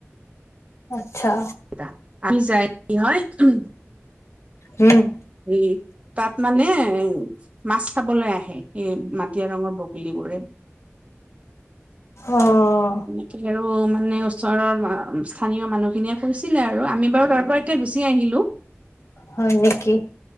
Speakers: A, on the left (about 75°); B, on the right (about 25°).
A: আছা।
B: আ, যায় কি হয় উ,
A: উম,
B: ই তাত মানে মাছ চাবলৈ আহে এই মাটিয়া ৰঙৰ বগলী পৰে
A: অ',
B: এনেকে আৰু মানে ওচৰৰ স্থানীয় মানুহখিনিয়ে কৈছিলে আৰু আমি বাৰু তাৰ পৰা এ, গুচি আহিলোঁ।
A: হয় নেকি?